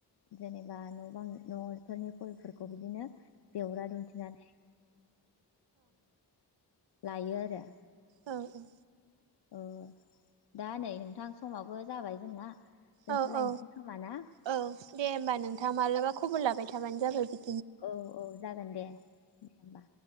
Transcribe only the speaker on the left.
जेनेबा न' बां न'आवफोरनि फुलफोरखौ बिदिनो जेवरा दुमथिनानै लायो आरो
अ दा नै नोंथां समावबो जाबाय जोंना दोनथ'लायनोसै
खोमा ना
औ औ जागोन दे दे होमबा